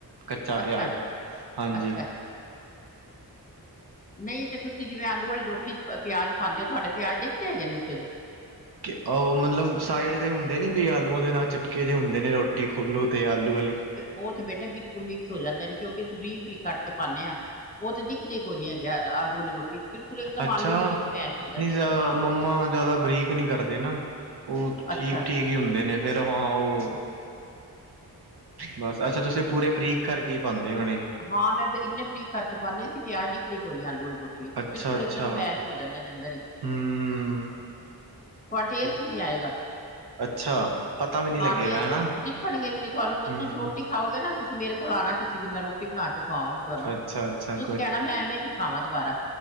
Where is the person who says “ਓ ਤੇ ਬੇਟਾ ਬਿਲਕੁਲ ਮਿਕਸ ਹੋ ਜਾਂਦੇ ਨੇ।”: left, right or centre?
Left